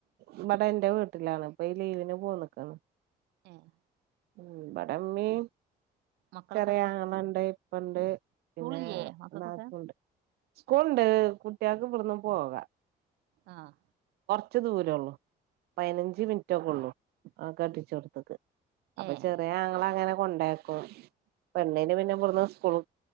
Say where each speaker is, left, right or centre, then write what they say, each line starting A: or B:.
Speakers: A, on the right; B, on the right.
A: ഇവടെ ഇന്റെ വീട്ടിലാണ് ഇപ്പോ ഈ ലീവിന് പോന്ന്ക്കണ്
B: ഏഹ്
A: ഇവിട ഉമ്മി
B: മക്കളൊക്കെ
A: ചെറിയ
B: എവിടെ
A: ആങ്ങളണ്ട് ഇപ്പണ്ട്
B: സ്കൂളില്ലേ
A: പിന്നെ
B: മക്കൾക്കൊക്കെ
A: നാത്തൂൻണ്ട് സ്കൂള്ണ്ട് കുട്ടികൾക്ക് ഇവിടന്ന് പോകാ
B: ആഹ്
A: ച്ച് ദൂരൊള്ളൂ പയ്നഞ്ച് മിൻറ്റൊക്കൊള്ളൂ ആ കെട്ടിച്ചോട്ത്ത്ക്ക് അപ്പൊ
B: ഏ
A: ചെറിയ ആങ്ങളങ്ങനെ കൊണ്ടയാക്കും പെണ്ണിന് പിന്നെ ഇവിട്ന്ന് സ്കൂള്